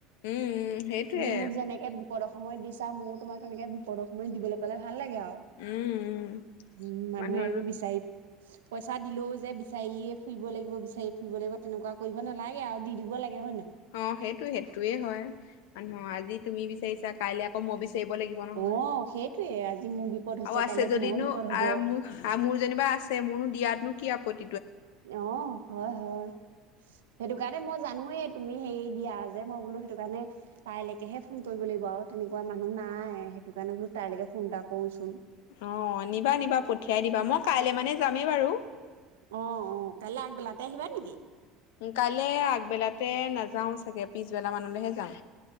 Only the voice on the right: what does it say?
তুমি মোক যেনেকে বিপদৰ সময়ত দিছা ময়ো তোমাক তেনেকে বিপদৰ সময়ত দিবলৈ পালে ভাল। ভাল লাগে আৰু
উম মানুহে
এইবোৰ বিচাৰি পইচা দিলেও যে বিচাৰি ফুৰিব লাগিব বিচাৰি ফুৰিব লাগিব তেনেকুৱা কৰিব নালাগে আৰু দি দিব লাগে হয় নহয়।
অহ সেইটোৱে আজি মোৰ বিপদ হৈছে
কাইলে
তোমাৰো বিপদ হব।
অহ হয় হয় সেইটো কাৰণে মই জানোয়েই তুমি হেৰি দিয়া যে। মই বোলো সেইটো কাৰণে তাইলৈকেহে ফোন কৰিব লাগিব আৰু তেনেকুৱা মানুহ নাই সেইটো কাৰণে বোলো তাইলৈকে ফোন এটা কৰোচোন।
অহ অহ কাইলৈ আগবেলাতে আহিবা নেকি।